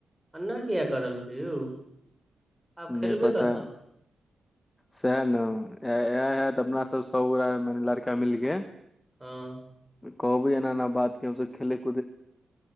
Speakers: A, in the centre; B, on the left.
A: एन्ना किए क दलकै यौ आब
B: नहि
A: खेलबै
B: पता
A: कतऽ
B: सएह ने इएह है तऽ अपना सब सभगो माने लड़का मिलके
A: हँ
B: कहबै एना एना बात के हमसब खेलै